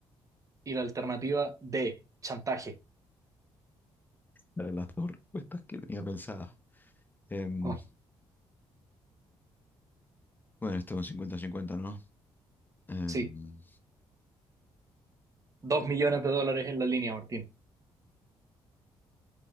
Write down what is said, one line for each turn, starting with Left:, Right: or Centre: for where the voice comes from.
Right: Y la alternativa D. Chantaje.
Left: eran las dos respuestas que tenía pensadas. Em,
Right: Ay,
Left: bueno, esto es un 50-50, ¿no? Em,
Right: sí. Dos millones de dólares en la línea, Martín.